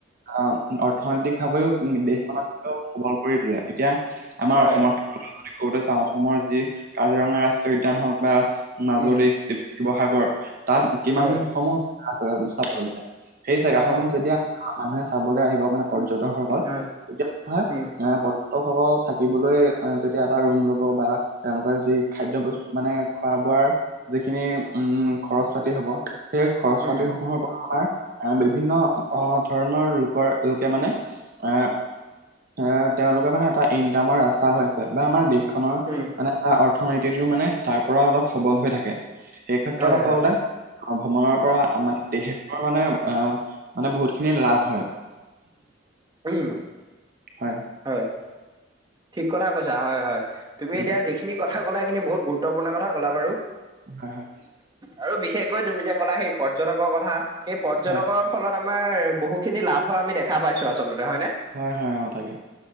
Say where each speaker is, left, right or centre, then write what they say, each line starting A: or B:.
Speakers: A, on the right; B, on the right.
A: আ, অৰ্থনৈতিক ভাৱেও উ দেশখন <unintelligible> সবল কৰি তোলে, এতিয়া আমাৰ
B: হয়,
A: অসমৰ <unintelligible> যদি কওঁতে চাওঁ, অসমৰ যি কাজিৰঙা ৰাষ্ট্ৰীয় উদ্যান হওক বা মাজুলী
B: উম,
A: চি শিৱসাগৰ, তাত কিমান
B: হয়,
A: সমূহ আছে চাবলগীয়া, সেই জেগা
B: অ',
A: সমূহ যে তিয়া মানুহে চাবলৈ আহিব মানে পৰ্যটকসকল
B: হয়,
A: তেতিয়া <unintelligible>
B: উম,
A: আ, প অ', স-স থাকিবলৈ অ', যেতিয়া এটা ৰুম ল'ব বা তেওঁলোকে যি খাদ্য বস্তু, মানে খোৱা বোৱাৰ যিখিনি উম খৰচ পাতি হব। সেই খৰচ
B: উম,
A: পাতিসমূহৰ পৰা আমাৰ এ বিভিন্ন অ', ধৰণৰ লোকৰ লোকে মানে, এ এ তেওঁলোকে মানে এটা ইনকামৰ ৰাস্তা হৈ আছে বা আমাৰ দেশ দেশখনৰ
B: উম,
A: মানে অ-অ-অৰ্থনীতিটো মানে তাৰ পৰা অলপ সবল হৈ থাকে। সেই ক্ষেত্ৰত
B: হয়,
A: আচলতে
B: হয়,
A: আহ ভ্ৰমণৰ পৰা মানে দেশন মানে অ মানে বহুতখিনি লাভ হয়।
B: উম।
A: হয়।
B: হয়। ঠিক কথা কৈছা হয় হয় তুমি
A: উম,
B: এতিয়া যিখিনি কথা কথা কলা সেইখিনি বহুত গুত্বপূৰ্ণ কথা কলা বাৰু।
A: হয় হয়।
B: আৰু বিশেষকৈ তুমি যে ক'লা সেই পৰ্যটকৰ কথা, সেই পৰ্যটকৰ
A: হয়
B: ফলত আমাৰ বহুখিনি লাভ হোৱা আমি দেখা পাইছো আচলতে হয়নে?
A: হয় হয় অ তাকে।